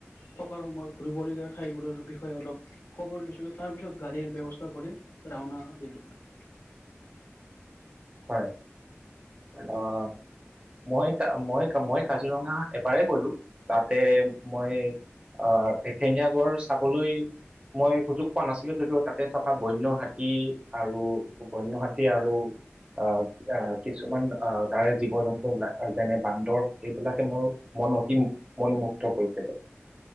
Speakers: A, on the left; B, on the right.
A: থকাৰ সময়, ঘুৰিবলগীয়া ঠাইবোৰৰ বিষয়ে অলপ খবৰ লৈছিলোঁ, তাৰ পিছত গাড়ীৰ ব্যৱস্থা কৰি ৰাওনা দিলোঁ আৰু।
B: হয়। অ' মই কা-মই-মই কাজিৰঙা এবাৰে গ'লো, তাতে মই অ', এশিঙীয়া গঁড় চাবলৈ মই সুযোগ পোৱা নাছিলোঁ যদিও তাতে থকা বন্য হাতী আৰু বন্য হাতী আৰু অ' অ' কিছুমান আ-তাৰে জীৱ জন্তু, যেনে বান্দৰ, এইবিলাকে মোৰ মন অতি মনোমুগ্ধ কৰিছিলে,